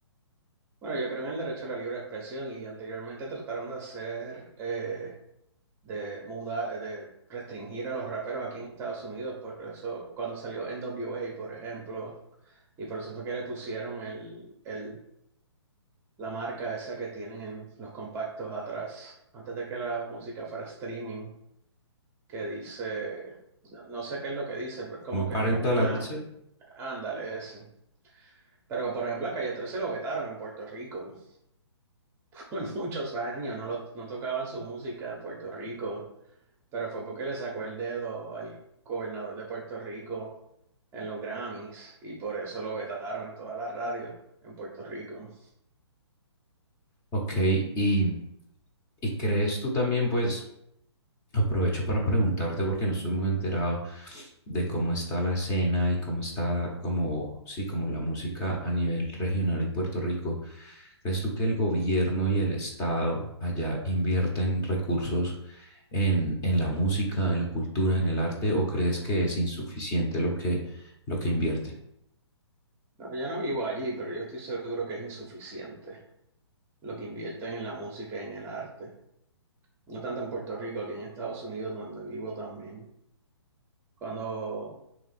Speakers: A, on the right; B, on the left.
A: Bueno, yo creo en el derecho a la libre expresión y anteriormente trataron de hacer, eh, de mudar, de restringir a los raperos aquí en Estados Unidos, por eso cuando salió NWA, por ejemplo, y por eso fue que le pusieron el, el, la marca esa que tienen en los compactos atrás, antes de que la música fuera streaming, que dice, no, no sé qué es lo que dice, pero es como
B: como parental
A: que es una,
B: advisor?
A: ándale ese. Pero por ejemplo, a Calle 13 lo vetaron en Puerto Rico. Fue <laughs> muchos años, no, lo- no tocaban su música en Puerto Rico, pero fue porque le sacó el dedo al gobernador de Puerto Rico en los Grammys y por eso lo vetaron en todas las radios en Puerto Rico.
B: Ok, y, y crees tú también pues... Aprovecho para preguntarte porque no estoy muy enterado de cómo está la escena y cómo está como sí, como la música a nivel regional en Puerto Rico. ¿Crees tú que el gobierno y el Estado allá invierten recursos en, en la música, en la cultura, en el arte, o crees que es insuficiente lo que, lo que invierten?
A: No, yo no vivo allí, pero yo estoy seguro que es insuficiente lo que invierten en la música y en el arte. No tanto en Puerto Rico, aquí en Estados Unidos, donde vivo también. Cuando